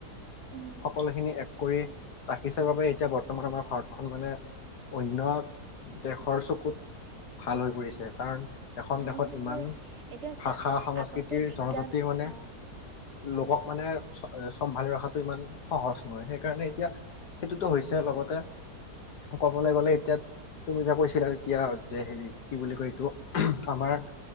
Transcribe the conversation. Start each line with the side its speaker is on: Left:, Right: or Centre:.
Right: উম
Left: সকলোখিনি এক কৰি ৰাখিছে বাবে এ এতিয়া বৰ্তমান আমাৰ ভাৰতখন মানে অন্য দেশৰ চকুত ভাল হৈ পৰিছে, কাৰণ এখন
Right: অঁ
Left: দেশত
Right: সেইটোৱে
Left: ইমান
Right: এতিয়া চোৱা
Left: ভাষা-সংস্কৃতিৰ,
Right: আগতে বিজ্ঞান
Left: জনজাতিৰ মানে
Right: অঁ
Left: লোকক মানে চ-চম্ভালি ৰখাতটো ইমান সহজ নহয়। সেইকাৰণে এতিয়া সেইটোতো হৈছে, লগতে ক'বলৈ গ'লে এতিয়া, তুমি যে কৈছিলা তেতিয়া যে হেৰি কি বুলি কয় এইটো আমাৰ